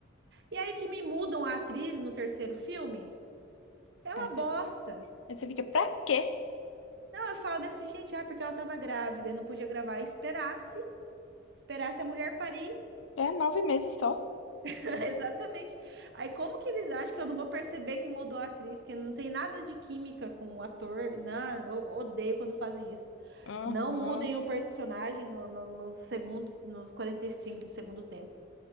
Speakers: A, on the right; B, on the left.
A: E aí que me mudam a atriz no terceiro filme? É uma
B: Aí você,
A: bosta.
B: fi- aí você fica, pra quê?
A: Não, eu falo assim, gente, ah, porque ela tava grávida e não podia gravar. Esperasse, esperasse a mulher parir.
B: É nove meses só.
A: <laughs> Exatamente. Aí como que eles acham que eu não vou perceber que mudou a atriz, que não tem nada de química com o ator? Não, eu odeio quando fazem isso.
B: Uhum.
A: Não mudem o personagem no, no, no segundo, nos 45 do segundo tempo.